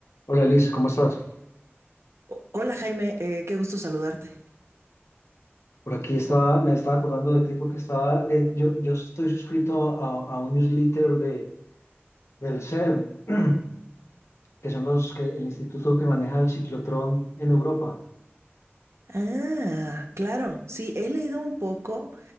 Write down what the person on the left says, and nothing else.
Hola Liz, ¿cómo estás?
Por aquí estaba, me estaba acordando de ti porque estaba, eh, yo, yo estoy suscrito a, a un newsletter de, del CERN, <clears throat> que son los que, el instituto que maneja el ciclotrón en Europa.